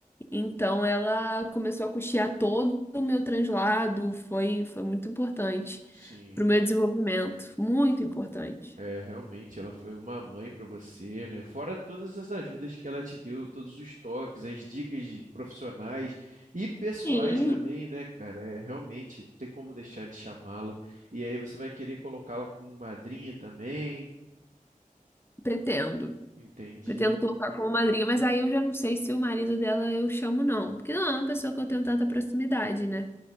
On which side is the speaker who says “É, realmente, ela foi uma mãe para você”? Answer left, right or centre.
Right